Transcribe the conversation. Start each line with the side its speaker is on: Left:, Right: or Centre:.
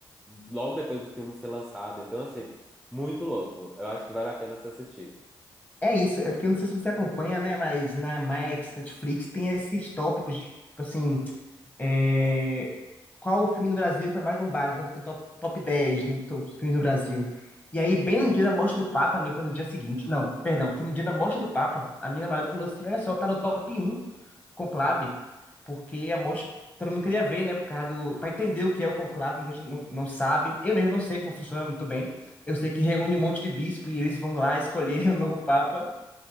Centre: logo depois do filme ser lançado. Então, assim, muito louco. Eu acho que vale a pena se assistir.
Left: é isso. É porque eu não sei se você acompanha, né? Mas na Max, Netflix, tem esses tópicos, de, tipo assim. É, qual o filme no Brasil está mais bombado? Então tem top, top 10 no top filmes do Brasil. E aí, bem no dia da morte do Papa, né? Foi no dia seguinte. Não, perdão, foi no dia da morte do Papa. A minha namorada falou assim: olha só, tá no top um o conclave, porque a morte. Todo mundo queria ver, né? Por causa do. Pra entender o que é o conclave, muita gente não, não sabe. Eu mesmo não sei como funciona muito bem. Eu sei que reúne um monte de bispo e eles vão lá escolher <laughs> o novo Papa.